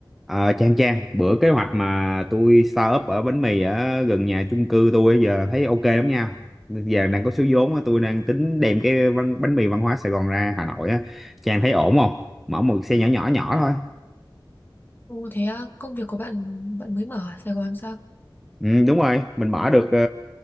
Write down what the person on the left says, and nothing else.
Ồ thế á, công việc của bạn bạn mới mở ở Sài Gòn sao?